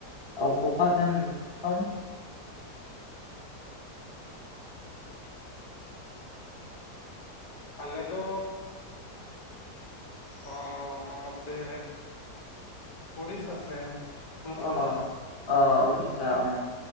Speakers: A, on the left; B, on the left.
A: ᱚ ᱚᱠᱟ ᱥᱮᱱ ᱥᱚᱢᱼᱼ
B: ᱟᱞᱮ ᱫᱚᱻ ᱚᱻ ᱱᱚᱛᱮ ᱳᱲᱤᱥᱟ ᱥᱮᱱ ᱵᱟᱹᱨᱯᱟᱫᱟ
A: ᱚ ᱚ ᱳᱲᱤᱥᱟ ᱚᱸ